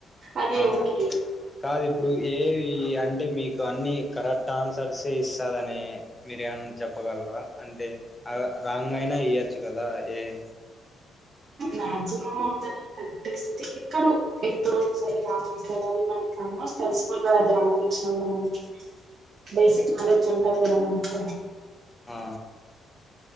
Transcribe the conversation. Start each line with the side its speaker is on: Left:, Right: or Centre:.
Right: అదీ
Left: అవును
Right: ఓకే
Left: కాదు ఇప్పుడు ఏఐ అంటే మీకు అన్నీ కరెక్ట్ ఆన్సర్సే ఇస్తుదని మీరు ఏమన్నా చెప్పగలరా అంటే రాంగ్ అయినా ఇయ్యచ్చు కదా ఏఐ
Right: మాక్సిమమ్ అంద కరెక్టే అస్తుంది ఎక్కడ ఎప్పుడు ఒకసారి రా కదా అది మనకి రామో తెలిసిపోతు అది రాను ఇచ్చినా కూడా మనకి బేసిక్ నాలెడ్జ్ ఉంటది కదా మనకు
Left: ఆ